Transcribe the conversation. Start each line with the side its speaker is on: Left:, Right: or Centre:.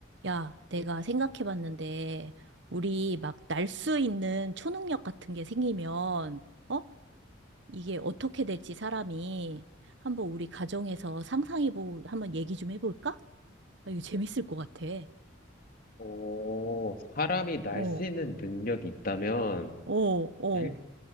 Right: 야, 내가 생각해봤는데, 우리 막 날 수 있는 초능력 같은 게 생기면, 어? 이게 어떻게 될지 사람이 한번 우리 가정에서 상상해보고 한번 얘기 좀 해볼까? 아, 이거 재밌을 것 같아.
Left: 오, 사람이 날
Right: 어,
Left: 수 있는 능력이 있다면,
Right: 어, 어,
Left: 일,